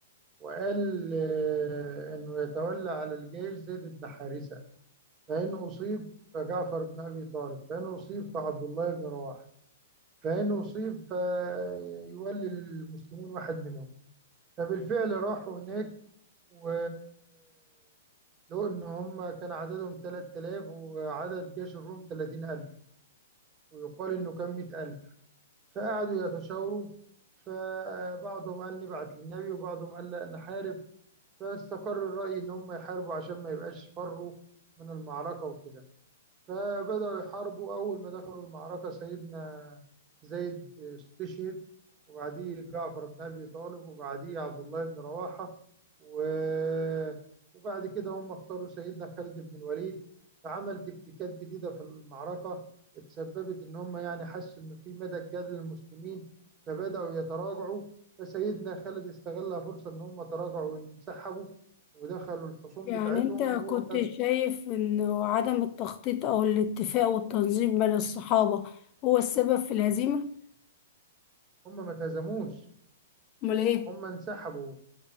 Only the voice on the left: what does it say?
يعني
انت
كنت
شايف ان عدم التخطيط او الاتفاق والتنظيم بين الصحابة هو السبب في الهزيمة
امال ايه